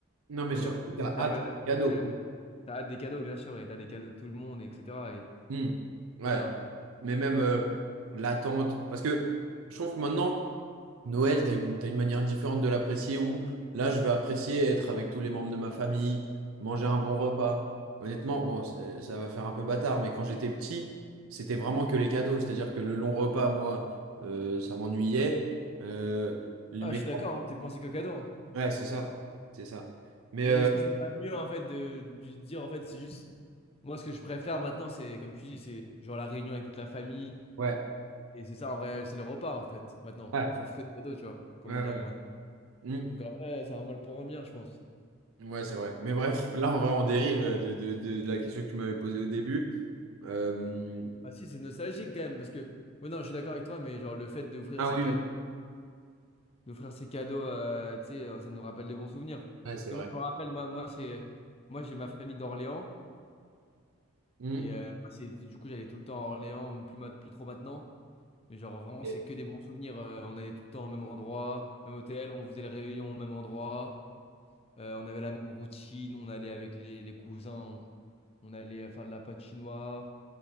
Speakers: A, on the right (about 80°); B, on the left (about 30°).
A: Non,
B: Tu
A: mais
B: vois,
A: surtout,
B: il y a
A: t'as
B: t'as
A: hâte
B: pas
A: du
B: de problème.
A: cadeau.
B: T'as hâte des cadeaux, bien sûr. Et t'as des cadeaux de tout le monde, etc. Et
A: Hmm. Ouais.
B: trop bien.
A: Mais même euh, l'attente. Parce que je trouve que maintenant, Noël, t'as une, t'as une manière différente de l'apprécier où là, je vais apprécier être avec tous les membres de ma famille, manger un bon repas. Honnêtement, bon, c'est- ça va faire un peu bâtard, mais quand j'étais petit, c'était vraiment que les cadeaux. C'est-à-dire que le long repas, moi, euh, ça m'ennuyait. Euh, les-
B: Ah,
A: mes...
B: je suis d'accord, hein, tu pensais qu'au cadeau. hein.
A: Ouais, c'est ça. C'est ça. Mais
B: Mais
A: euh,
B: est-ce que c'est pas mieux en fait de, de dire en fait c'est juste moi ce que je préfère maintenant c'est comme tu dis c'est genre la réunion avec toute la famille
A: ouais.
B: et c'est ça en vrai c'est le repas en fait maintenant
A: Ouais.
B: on s'en fout des cadeaux tu vois comme
A: Ouais,
B: on
A: ouais.
B: a grandi
A: ouais. Hmm.
B: donc en vrai c'est un mal pour un bien je pense
A: Ouais, c'est vrai. Mais bref, là, en vrai, on dérive de, de- de la question que tu m'avais posée au début. Euh,
B: ah si c'est nostalgique quand même parce que ouais non je suis d'accord avec toi mais genre le fait d'ouvrir
A: Ah
B: ces
A: oui.
B: cadeaux d'offrir ces cadeaux euh, tu sais euh, ça nous rappelle des bons souvenirs
A: Ouais, c'est
B: parce que
A: vrai.
B: moi je me rappelle moi, moi c'est moi j'ai ma famille d'Orléans
A: Mhm.
B: et euh, moi, c'est du coup j'allais tout le temps à Orléans plus ma- plus trop maintenant Mais genre, vraiment,
A: Et-
B: c'est que des bons souvenirs. Euh, on allait tout le temps au même endroit, même hôtel, on faisait le réveillon au même endroit, euh, on avait la même routine, on allait avec les, les cousins, on, on allait euh, faire de la patinoire,